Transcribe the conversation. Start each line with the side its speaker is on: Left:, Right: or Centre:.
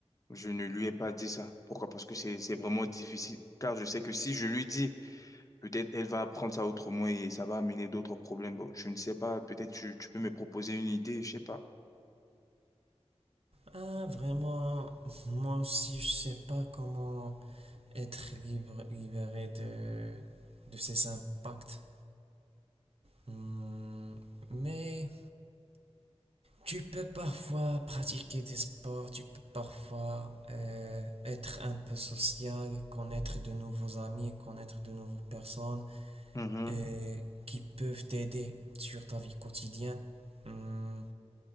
Left: je ne lui ai pas dit ça. Pourquoi? Parce que c'est, c'est vraiment difficile. Car je sais que si je lui dis, Peut-être elle va apprendre ça autrement et ça va amener d'autres problèmes. Bon, je ne sais pas. Peut-être tu, tu peux me proposer une idée, je sais pas.
Right: Ah, vraiment, moi aussi, je sais pas comment. Être libre, libéré de, de ses impacts. Hmm, Mais tu peux parfois pratiquer des sports, tu peux parfois euh, être un peu social, connaître de nouveaux amis, connaître de nouvelles personnes
Left: Mhm.
Right: euh, qui peuvent t'aider sur ta vie quotidienne. Hmm,